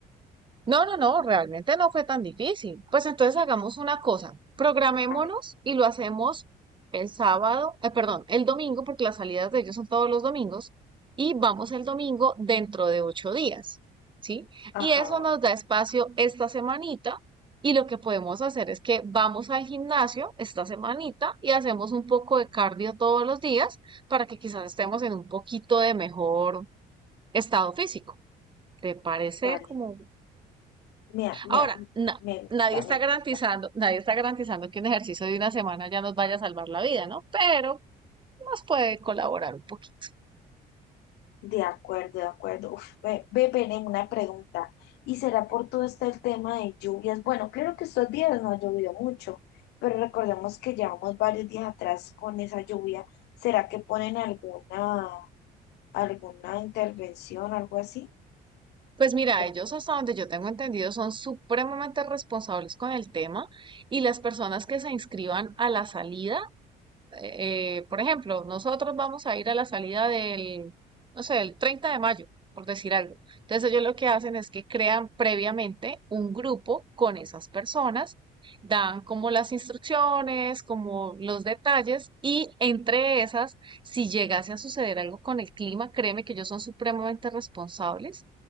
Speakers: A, on the right; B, on the left.
A: No, no, no, realmente no fue tan difícil. Pues entonces hagamos una cosa, programémonos
B: a ver,
A: y lo hacemos el sábado, eh, perdón, el domingo, porque las salidas de ellos son todos los domingos, y vamos el domingo dentro de ocho días, ¿sí?
B: ajá,
A: Y eso nos da espacio esta semanita, y lo que podemos hacer es que vamos al gimnasio esta semanita y hacemos un poco de cardio todos los días para que quizás estemos en un poquito de mejor estado físico. ¿Te parece
B: vale,
A: como
B: me, me,
A: Ahora, na-
B: me gusta,
A: nadie está
B: me
A: garantizando,
B: gusta.
A: nadie está garantizando que un ejercicio de una semana ya nos vaya a salvar la vida, ¿no? Pero nos puede colaborar un poquito.
B: De acuerdo, de acuerdo. Uf, ve, ve, Bene, una pregunta. ¿Y será por todo este el tema de lluvias? Bueno, claro que estos días no ha llovido mucho, pero recordemos que llevamos varios días atrás con esa lluvia. ¿Será que ponen alguna, alguna intervención, algo así?
A: Pues mira,
B: Por-
A: ellos hasta donde yo tengo entendido son supremamente responsables con el tema y las personas que se inscriban a la salida eh, eh, por ejemplo, nosotros vamos a ir a la salida del, no sé, el 30 de mayo, por decir algo. Entonces ellos lo que hacen es que crean previamente un grupo con esas personas, dan como las instrucciones, como los detalles y entre esas, si llegase a suceder algo con el clima, créeme que ellos son supremamente responsables